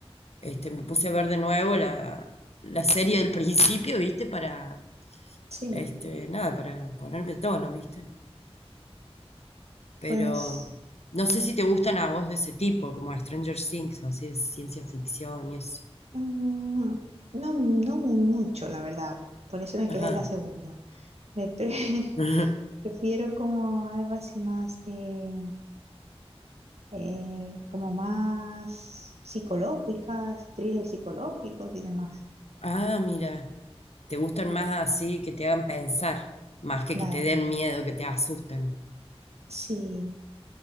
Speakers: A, on the left; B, on the right.
A: este, me puse a ver de nuevo la, la serie del principio, ¿viste? Para,
B: sí,
A: este, nada, para ponerme a tono, ¿viste? Pero
B: pues
A: no sé si te gustan a vos de ese tipo, como Stranger Things, así de ciencia ficción y eso.
B: mm, no, no mucho, la verdad. Por eso me
A: Ajá.
B: quedé en la segunda. Me pre- <laughs>
A: <laughs>
B: prefiero como algo así más de, eh, como más psicológicas, thrillers psicológicos y demás.
A: Ah, mira, te gustan más así, que te hagan pensar, más que
B: Claro,
A: que te den
B: claro.
A: miedo, que te asusten.
B: Sí,